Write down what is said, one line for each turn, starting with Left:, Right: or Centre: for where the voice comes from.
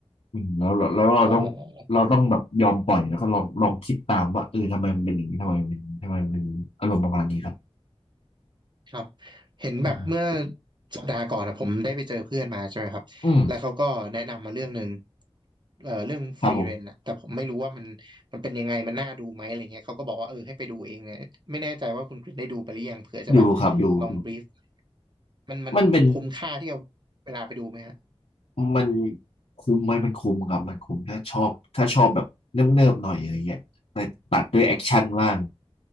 Left: อืมแล้วแล้วแล้วเราต้อง
Right: อ๋อ
Left: เราต้องแบบยอมปล่อยแล้วก็ลองลองคิดตามว่าเออทำไมมันเป็นอย่างนี้ทำไมมันเป็นทำไมมันมีอารมณ์ประมาณนี้ครับ
Right: ครับเห็นแบบเมื่อ
Left: อืม
Right: สัปดาห์ก่อนนะผมได้ไปเจอเพื่อนมาใช่ไหมครับแล้วเขาก็แนะนำมาเรื่องหนึ่ง
Left: อืม
Right: เอ่อเรื่องฟรีเรนอะแต่ผมไม่รู้ว่ามันมันเป็นยังไงมันน่าดูไหมอะไรเงี้ยเขาก็บอกว่าเออให้ไปดูเองเนี่ยไม่แน่ใจว่าคุณกริชได้ดูไปหรือยังเผื่อจะแบบ
Left: ครับผมดูครับดูดู
Right: ลองบรีฟมันมันมันคุ้มค่าที่เอาเวลาไปดูไหมฮะ
Left: มันเป็นมันคุ้มไหมมันคุ้มครับมันคุ้มถ้าชอบถ้าชอบแบบเนิบๆหน่อยอะไรเงี้ยแต่ตัดด้วยแอคชั่นบ้าง